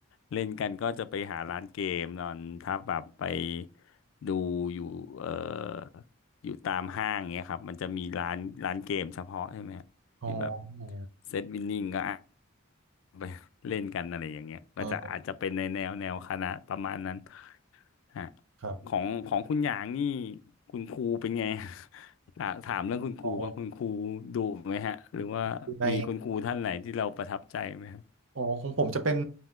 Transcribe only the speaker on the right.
อ๋ออ๋อ
อ๋อ
ครับ
อ๋ออยู่ในอ๋อของผมจะเป็น